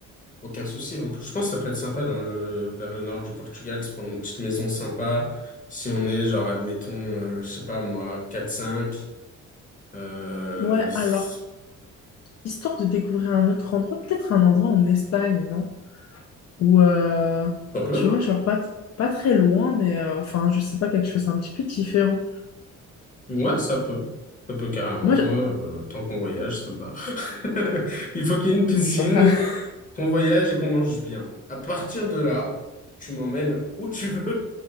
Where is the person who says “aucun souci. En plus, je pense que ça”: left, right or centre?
Left